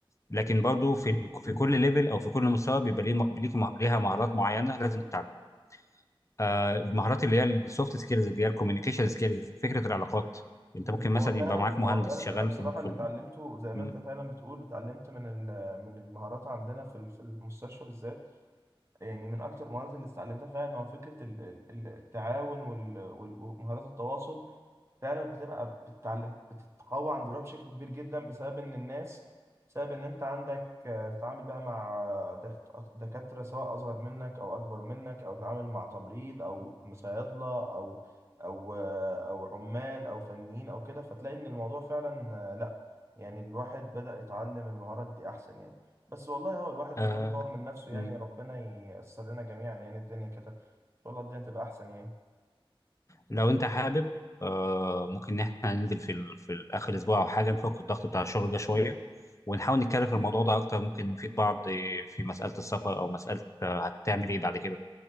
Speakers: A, on the left; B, on the right.
A: لكن برضو في ال- في كل ليفل او في كل مستوى بيبقى ليه م- ليك مه- ليها مهارات معينه لازم تتعلمها آه المهارات اللي هي السوفت سكيلز اللي هي الكوميونيكيشن سكيلز فكره العلاقات انت
B: مم.
A: ممكن مثلا
B: هو فعلا
A: يبقى معاك مهندس
B: هو فعلا
A: شغال
B: أنا بصراحة
A: في ال- في
B: اللي
A: ال-
B: اتعلمته زي ما
A: م-
B: أنت فعلا بتقول اتعلمت من ال- من المهارات عندنا في ال- في المستشفى بالذات يعني من أكتر المهارات اللي اتعلمتها فعلا هو فكرة ال- ال- التعاون وال- وال- ومهارات التواصل فعلا بتبقى بتتعلم بتتقوى عند روحها بشكل كبير جدا بسبب ان الناس بسبب ان انت عندك آه، بتتعامل بقى مع آه، دك- دكاترة سواء اصغر منك او اكبر منك او تتعامل مع تمريض او صيادلة او او آه، او عمال او فنيين او كده فتلاقي ان الموضوع فعلا آه، لا يعني الواحد بدأ يتعلم المهارات دي احسن يعني بس والله هو الواحد
A: آه
B: بيحاول يطور من نفسه
A: م-
B: يعني ربنا ييسر لنا جميعا يعني الدنيا كده ان شاء الله الدنيا تبقى احسن يعني
A: لو انت حابب آه ممكن ان احنا ننزل في ال- في ال- اخر اسبوع او حاجه نفك الضغط بتاع الشغل ده شويه ونحاول نتكلم في الموضوع ده اكتر ممكن نفيد بعض آه، في مساله السفر او مساله آه، هتعمل ايه بعد كده